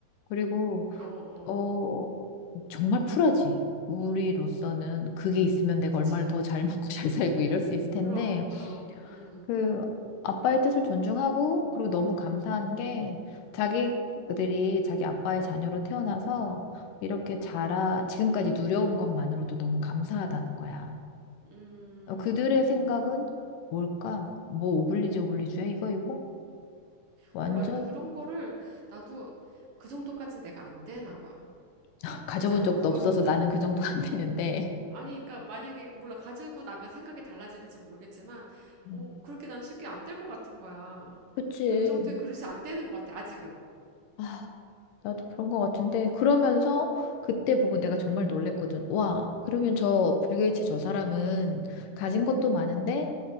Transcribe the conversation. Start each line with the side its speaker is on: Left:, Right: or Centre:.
Left: 그리고
Right: 어, 어.
Left: 어 정말 쿨하지. 우리로서는 그게 있으면 내가
Right: 그치.
Left: 얼마를 더 잘 <laughs> 먹고 잘 살고 이럴 수 있을 텐데,
Right: 그럼, 그럼, 음,
Left: 그 아빠의 뜻을 존중하고, 그리고 너무 감사한 게, 자기들이 자기 아빠의 자녀로 태어나서 이렇게 자라, 지금까지 누려온 것만으로도 너무 감사하다는 거야.
Right: 음,
Left: 어, 그들의
Right: 음.
Left: 생각은 뭘까? 뭐 오블리주 오블리주야? 이거, 이거? 완전
Right: 몰라. 그런 거를 나도 그 정도까진 내가 안 되나 봐.
Left: <laughs> 가져본
Right: 그렇지 않아?
Left: 적도
Right: 그거를
Left: 없어서
Right: 못,
Left: 나는 그 정도 안 되는데.
Right: 아니, 그러니까 만약에, 몰라. 가지고 나면 생각이 달라지는지 모르겠지만,
Left: 음.
Right: 어, 그렇게 난 쉽게 안 될 것 같은 거야.
Left: 그치.
Right: 그 정도의 그릇이 안 되는 것 같아, 아직은.
Left: 아, 나도 그런 것 같은데 그러면서 그때 보고 내가
Right: 음,
Left: 정말 놀랬거든. 와, 그러면 저 빌 게이츠 저 사람은 가진 것도
Right: 음,
Left: 많은데